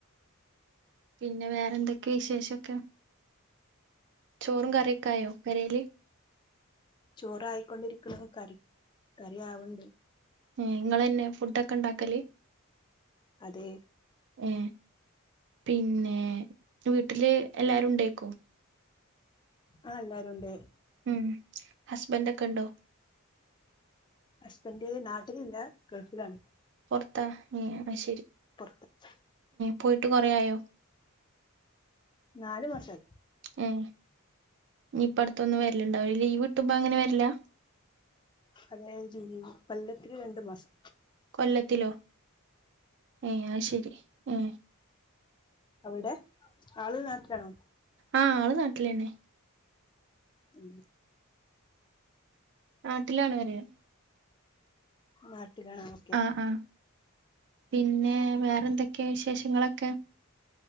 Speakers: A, on the right; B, on the left.
A: പിന്നെ വേറെന്തൊക്കെയ വിശേഷൊക്കെ ചോറും കറിയൊക്കെ ആയോ പെരേല്
B: ചോറായിക്കൊണ്ടിരിക്കണ് കറി ആവണ്ട്
A: ഉ നിങ്ങന്നെ ഫുട് ഒക്കെ ഉണ്ടാക്കല്
B: അതെ
A: ഏ പിന്നെ വീട്ടില് എല്ലാരും ഉണ്ടേക്കോ
B: ആഹ അല്ലരുുണ്ട്
A: ഉം ഹസ്ബൻഡ് ഒക്കെ ഉണ്ടോ?
B: ഹസ്ബൻഡ് നാട്ടിലില്ല ഗൾഫിലാണ്.
A: പുറത്താ ങേ അയ്ശരി.
B: പുറത്ത്.
A: പോയിട്ട് കൊറെ ആയോ?
B: നാല് മാസം ആയി.
A: ഉം ഇനിയിപ്പം അടുത്തൊന്നും വരലുണ്ടാവില്ലാ ലീവ് കിട്ടുമ്പോ അങ്ങനെ വരിലാ.
B: അതായത് ജോലി കൊല്ലത്തില് രണ്ട് മാസം.
A: കൊല്ലത്തിലോ ഏ ആ ശരി ഏ.
B: അവിടെ ആള് നാട്ടിലാണോ.
A: ആഹ് ആള് നാട്ടിലന്നെ.
B: ഉം.
A: നാട്ടിലാണ് പറയ്യാ.
B: നാട്ടിലാണ് ഓക്കെ.
A: ആ ആ പിന്നെ വേറെന്തൊക്കെയാ വിശേഷങ്ങളൊക്കെ.